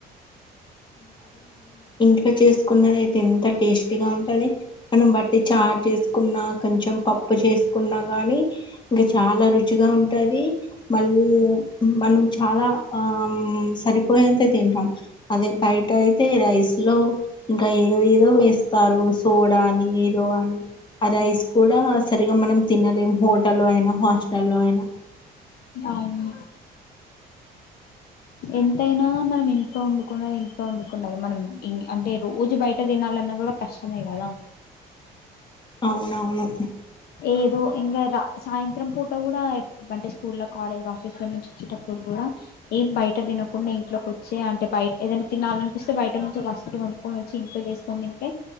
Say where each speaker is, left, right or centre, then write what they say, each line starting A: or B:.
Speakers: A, on the left; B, on the left.
A: ట్ చేసుకున్నది అయితే ఎంత టేస్టీగా ఉంటది మనం బట్టి చార్ చేసుకున్నా కొంచెం పప్పు చేసుకున్నా గాని ఇంకా చాలా రుచిగా ఉంటది మళ్ళీ మనం చాలా ఆ సరిపోయంతే తింటాం అదే బయట అయితే రైస్ లో ఇకా ఏదో ఏదో వేస్తారు సోడా అని ఏదో అని ఆ రైస్ కూడా సరిగా మనం తినలేము హోటల్లో అయినా హాస్టల్లో అయినా
B: అవున ఎంతైనా మనం ఇంట్లో వండుకన్నది ఇంట్లో వండుకున్నదే మనం అంటే రోజు బయట తినాల అన్న కూడా కష్టమే కదా
A: అవునవును
B: ఏదో ఇంకా రా సాయంత్రం పూట కూడా అంటే స్కూల్ కాలేజ్ ఆఫీస్ లో నుంచి వచ్చేటప్పుడు కూడా ఏం బయట తినకుండా ఇంట్లోకి వచ్చే అంటే బయట ఏదైనా తినాలనిపిస్తే బయట నుంచి వస్తులు కొనుకొని చి ఇంట్లో చేసుకొనితింటే